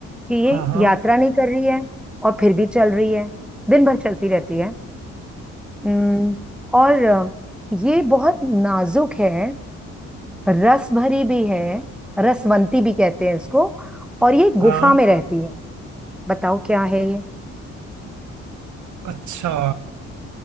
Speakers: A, in the centre; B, on the right.
A: कि ये
B: हाँ हाँ
A: यात्रा नहीं कर रही है और फिर भी चल रही है दिन भर चलती रहती है उम्म, और अ, ये बहुत नाजुक है रस भरी भी है रसवंती भी कहते हैं इसको और ये गुफा
B: हाँ
A: में रहती है बताओ क्या है ये
B: अच्छा